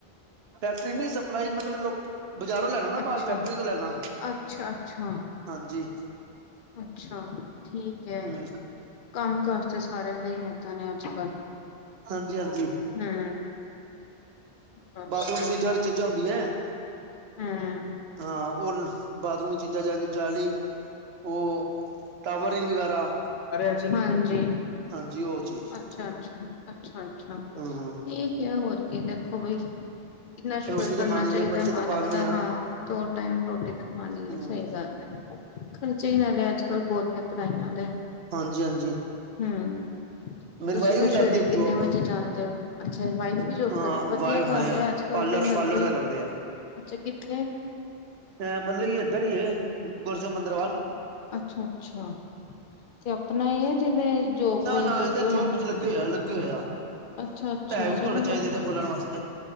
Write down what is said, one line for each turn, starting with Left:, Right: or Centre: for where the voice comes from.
Right: ਫੈਕਟਰੀ ਨਹੀਂ ਸਪਲਾਈ ਮਤਲਬ ਲੋਕੀ ਬਾਜ਼ਾਰੋਂ ਲੈਣਾ ਨਾ
Left: ਅੱਛਾ,
Right: ਮਾਲ ਫੈਕਟਰੀ ਤੋਂ ਲੈਣਾ,
Left: ਅੱਛਾ-ਅੱਛਾ,
Right: ਹਾਂਜੀ।
Left: ਅੱਛਾ ਠੀਕ ਹੈ,
Right: ਹੂੰ
Left: ਕੰਮ ਕਾਰ। ਨਹੀਂ ਸਾਰਿਆਂ ਦੇ ਹੀ ਹੱਥ ਨੇ, ਅੱਜ ਕੱਲ
Right: ਹਾਂਜੀ ਹਾਂਜੀ
Left: ਹੂੰ। ਬਸ
Right: ਬਾਥਰੂਮ ਦੀਆਂ, ਜਿਹੜੀ ਚੀਜ਼ਾਂ ਹੁੰਦੀਆਂ ਹੈ।
Left: ਹਾਂ।
Right: ਹਾਂ, ਔਰ ਬਾਥਰੂਮ ਦੀਆਂ ਚੀਜ਼ਾਂ ਜਾਂ ਚ ਜਾਲੀ ਉਹ ਟਾਵਰਿੰਗ ਵਗੈਰਾ
Left: ਕਰਿਆ ਸੀ, ਹਾਂਜੀ।
Right: ਹਾਂਜੀ ਉਹ ਚੀਜ਼
Left: ਅੱਛਾ, ਅੱਛਾ, ਅੱਛਾ, ਅੱਛਾ,
Right: ਹੂੰ ਹੂੰ
Left: ਠੀਕ ਹੈ ਹੋਰ। ਕੀ ਦੇਖੋ ਵੀ, ਕਿੰਨਾ ਸ਼ੁਕਰ
Right: ਰੋਟੀ ਤਾਂ
Left: ਕਰਨਾ
Right: ਖਾਣੀ
Left: ਚਾਹੀਦਾ
Right: ਹੈ ਬੱਚੇ ਤਾਂ
Left: ਮਾਲਕ
Right: ਪਾਲਣੇ
Left: ਦਾ
Right: ਆ
Left: ਹਾਂ ਦੋ ਟਾਈਮ ਰੋਟੀ ਤਾਂ ਖਾਣੀ
Right: ਹੂੰ
Left: ਹੈ ਸਹੀ ਗੱਲ ਹੈ, ਖਰਚੇ ਹੀ ਨਾਲੇ ਅੱਜ ਲ ਬਹੁਤ ਨੇ ਪੜ੍ਹਾਈਆਂ ਦੇ,
Right: ਹਾਂਜੀ ਹਾਂਜੀ
Left: ਹੂੰ।
Right: ਮੇਰੀ
Left: ਤੁਸੀਂ
Right: ਵਾਈਫ
Left: ਫਿਰ
Right: ਵੀ ਜਾਂਦੀ
Left: ਸਵੇਰੇ ਕਿੰਨੇ
Right: ਜੋਬ
Left: ਵਜੇ ਜਾਂਦੇ ਹੋ? ਅੱਛਾ, ਵਾਈਫ ਵੀ ਜੋਬ
Right: ਹਾਂ
Left: ਕਰ ਵਧੀਆ
Right: ਵਾਈਫ ਹਾਂ
Left: ਗੱਲ ਹੈ,
Right: ਆ
Left: ਅੱਜ ਕੱਲ
Right: ਪਾਰਲਰ
Left: ਤੇ ਹਰ
Right: ਪਾਰਲਰ
Left: ਕੋਈ,
Right: ਦਾ ਕਰਦੇ ਆ
Left: ਅੱਛਾ ਕਿੱਥੇ?
Right: ਅ, ਮਤਲਬ ਕਿ ਇੱਧਰ ਹੀ ਹੈ। ਗੁਰਜ ਮੰਦਿਰ ਵਲ।
Left: ਅੱਛਾ -ਅੱਛਾ ਤੇ ਆਪਣਾ ਹੀ ਹੈ, ਜਿਵੇਂ ਜੋਬ
Right: ਨਾ ਨਾ
Left: ਲੱਗੇ
Right: ਇਹ ਤਾਂ
Left: ਹੋਏ
Right: ਜੋਬ
Left: ਨੇ?
Right: ਵਿੱਚ ਲੱਗੇ ਆ ਲੱਗੇ ਹੋਇਆ, <unintelligible>
Left: ਅੱਛਾ ਅੱਛਾ
Right: ਇੱਥੇ
Left: ਚਲੋ
Right: ਹੋੋਣੇ ਚਾਹੀਦੇ
Left: ਵਧ
Right: ਇਹਦੇ ਖੁੱਲਣ ਵਾਸਤੇ।